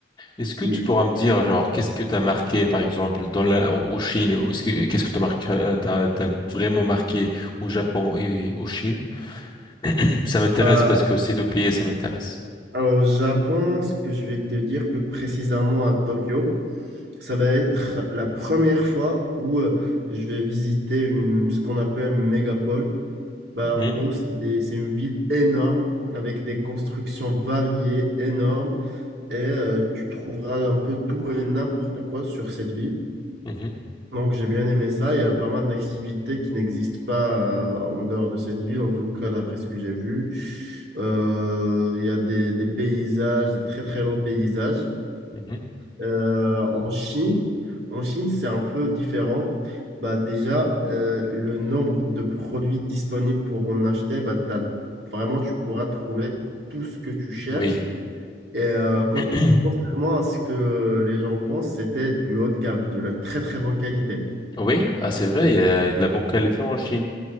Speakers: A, on the left; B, on the right.
A: Est-ce que
B: Et-
A: tu pourras me dire, genre, qu'est-ce que t'as marqué, par exemple, dans la, au Chine, ou est-ce que, qu'est-ce que t'as marqué, euh, t'as, t'as vraiment marqué au Japon et au Chine? <clears throat> Ça m'intéresse
B: bah,
A: parce que ces deux pays, ça m'intéresse.
B: Alors, au Japon, ce que je vais te dire plus précisément à Tokyo, ça va être la première fois où euh, je vais visiter une, ce qu'on appelle mégapole. Bah,
A: Mhm,
B: en gros, c'est des- c'est une ville énorme avec des constructions variées, énormes, et euh, tu trouveras un peu tout et n'importe quoi sur cette ville.
A: mhm,
B: Donc j'ai bien aimé ça. Il y a pas mal d'activités qui n'existent pas euh, en dehors de cette ville, en tout cas d'après ce que j'ai vu. Euh, il y a des, des paysages, des très très beaux paysages.
A: mhm.
B: Euh, en Chine, en Chine, c'est un peu différent. Bah, déjà, euh, le nombre de produits disponibles pour en acheter, bah, t'as- vraiment, tu pourras trouver tout ce que tu cherches.
A: Oui.
B: Et euh, con-
A: <clears throat>
B: contrairement à ce que les gens pensent, c'était du haut de gamme, de la très très bonne qualité.
A: Oui, ah, c'est vrai, il y a de la bonne qualité en Chine.